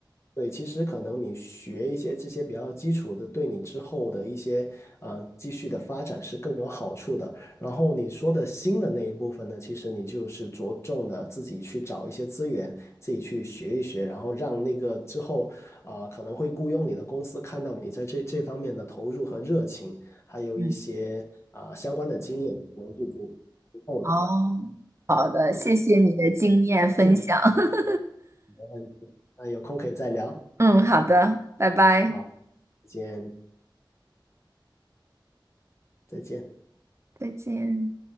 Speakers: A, on the left (about 35°); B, on the right (about 35°).
A: 对，其实可能你学一些这些比较基础的，对你之后的一些呃继续的发展是更有好处的。然后你说的新的那一部分呢，其实你就是着重的自己去找一些资源，自己去学一学，然后让那个之后啊、呃可能会雇佣你的公司看到你在这这方面的投入和热情，还有一些啊、
B: 嗯
A: 相关的经验，可能就足足够了。
B: 哦，
A: 这样，
B: 好的，
A: 嗯
B: 谢谢你的经验分享。
A: 嗯，
B: <laughs>
A: 没问题。那有空可以再聊。
B: 嗯，好的，拜拜，
A: 好，再见，再见。
B: 再见。